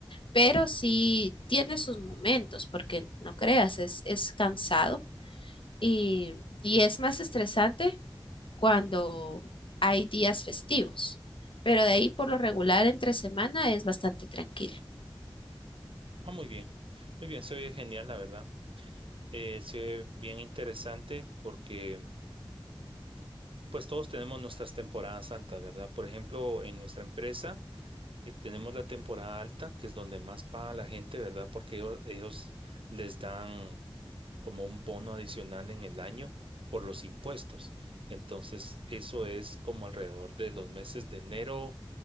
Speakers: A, on the left (about 70°); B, on the right (about 70°).
A: pero sí tiene sus momentos, porque no creas, es, es cansado y, y es más estresante cuando hay días festivos, pero de ahí por lo regular entre semana es bastante tranquilo.
B: Ah, muy bien, muy bien, se oye genial, la verdad. Eh, se oye bien interesante porque pues todos tenemos nuestras temporadas altas, ¿verdad? Por ejemplo, en nuestra empresa. Y tenemos la temporada alta, que es donde más paga la gente, ¿verdad? Porque ellos, ellos les dan como un bono adicional en el año por los impuestos. Entonces, eso es como alrededor de los meses de enero